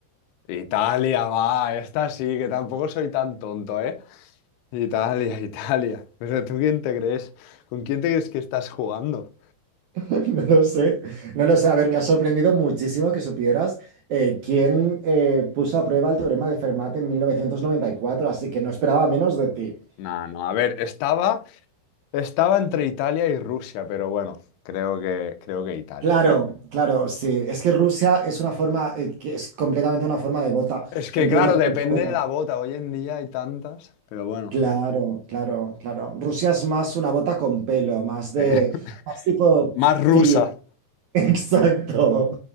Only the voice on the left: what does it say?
Italia, va, esta sí, que tampoco soy tan tonto, ¿eh? Italia, <laughs> Italia. Pero ¿tú quién te crees? ¿Con quién te crees que estás jugando?
No, no, a ver, estaba Estaba entre Italia y Rusia, pero bueno, creo que, creo que Italia.
Es que
claro,
depende
de la bota. Hoy en día hay tantas, pero bueno.
Eh, <laughs>
Más rusa.